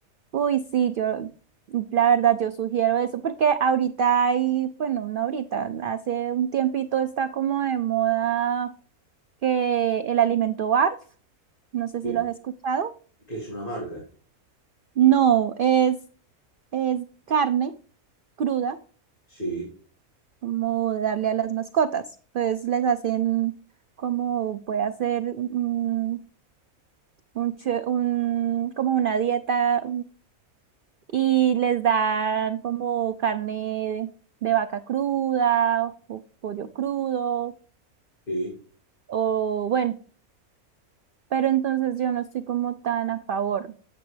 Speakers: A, on the right; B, on the left.
A: Uy, sí, yo, la verdad, yo sugiero eso, porque ahorita hay, bueno, no ahorita, hace un tiempito está como de moda que el alimento BARF, no sé
B: ¿sí?
A: si lo has escuchado.
B: Que es una marca,
A: No, es, es carne cruda,
B: sí,
A: como darle a las mascotas. Pues les hacen como puede hacer un, un che- un- como una dieta, y les dan como carne de vaca cruda o pollo crudo
B: sí.
A: o bueno, pero entonces yo no estoy como tan a favor